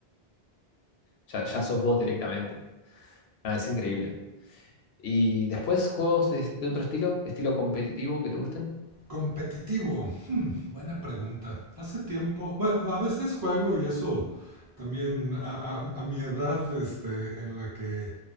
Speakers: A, on the left; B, on the right.
A: ya, ya sos vos directamente. Ah, es increíble. ¿Y después juegos de, de otro estilo? ¿Estilo competitivo que te gusten?
B: Competitivo. Buena pregunta. Hace tiempo, bueno, a veces juego y eso también a, a- a mi edad, este, en la que